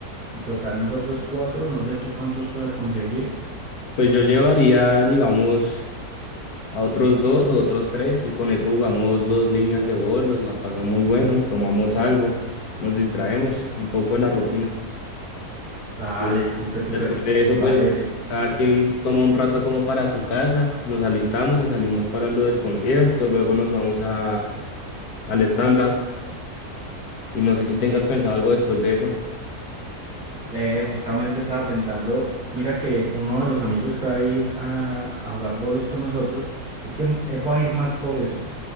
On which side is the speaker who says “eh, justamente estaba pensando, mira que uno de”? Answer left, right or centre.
Right